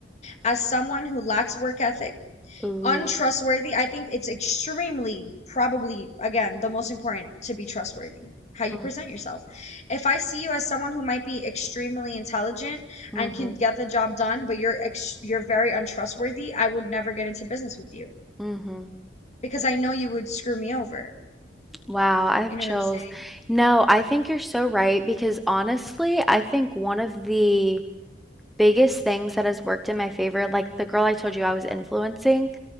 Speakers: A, on the left (about 40°); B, in the centre.
A: as someone who lacks work ethic,
B: Ooh.
A: untrustworthy, I think it's extremely, probably, again, the most important to be trustworthy, how you
B: Mm.
A: present yourself. If I see you as someone who might be extremely intelligent
B: Mm-hmm.
A: and can get the job done, but you're ex you're very untrustworthy, I would never get into business with you
B: Mm-hmm.
A: because I know you would screw me over.
B: Wow, I have
A: You know
B: chills.
A: what I'm saying?
B: No, I think you're so right because honestly, I think one of the biggest things that has worked in my favor, like the girl I told you I was influencing,